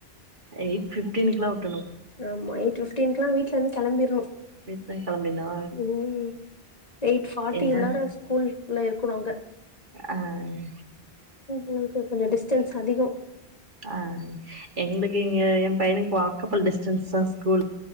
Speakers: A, on the right; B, on the left.
A: எயிட் பிஃப்டீனுக்கெல்லா வுட்
B: ஆமா எயிட் பிஃப்டீனுகெல்லா வீட்ல இருந்து கெளம்பிரணு
A: வீட்ல கெளம்பினு
B: ம் எயிட் ஃபார்ட்டியுல்லார
A: என்ன
B: ஸ்கூல் உள்ள இருக்கணு அங்க
A: ஆ
B: எங்களுக்கு கொஞ்ச டிஸ்டன்ஸ் அதிகொ
A: ஆ எங்களுக்கு இங்க என் பையனுக்கு வாக்கப்பல் டிஸ்டன்ஸ் தா ஸ்கூல்